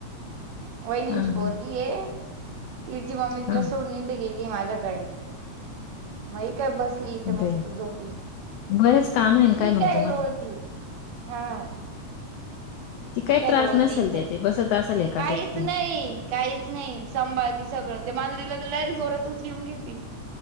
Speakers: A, on the right; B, on the left.
A: वहिनींची
B: हां,
A: पोरगी
B: हां,
A: ये तिची मम्मी तिला
B: हां.
A: सोडणी गेली माझ्याकडे, म ही काय बसली तर
B: बाई
A: मस्त झोपली.
B: बरेच काम आहे ना
A: ही
B: मग
A: काय
B: तुम्हाला?
A: लोळती. हा.
B: ती
A: ही
B: काय त्रास
A: लोळती
B: नसेल
A: इथं
B: दे ते बसत असल एका
A: काहीच
B: ठिकाणी.
A: नाही, काहीच नाही, सांभाळते सगळं ते मांजरीला तर लय जोरात उचलून घेते.